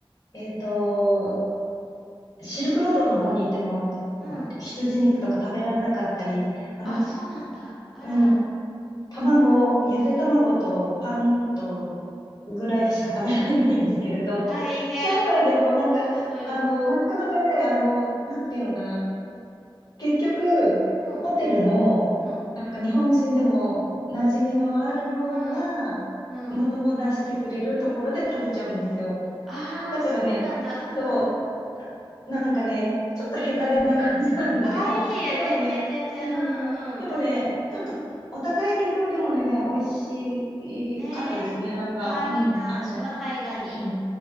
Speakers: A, on the left (about 45°); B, in the centre.
A: えっと、シルクロードの方に行っても、
B: うん。
A: 羊肉とか食べられなかったり、あの、
B: あ、そうなんだ。あら、
A: うん、卵、ゆで卵とパンとぐらいしか食べられないんですけれど、
B: 大変。
A: <laughs> 上海でもなんか、
B: うん、
A: あの、
B: うん、
A: なかなかね、あの、なんていうのかな、結局、
B: うん、
A: ホテルの、
B: うん、
A: なんか日本人でも馴染みのあるようなものを出してくれるところで食べちゃうんですよ。
B: うん。うん。ああ、
A: だからね、
B: そうなんだ。うんうん。
A: そう、ななんかね、ちょっとヘタレな感じなんですけど、
B: ああ、いやいや、
A: でもね、
B: 全然全然。
A: うん、
B: う
A: でもね、
B: んうん。え、うん。
A: ちょっとお高いけど、でもね、美味しかったですね。
B: ねえ。
A: なんか、
B: ああ、
A: うん、
B: いいな。
A: あの、
B: 上海ガニ。
A: うん、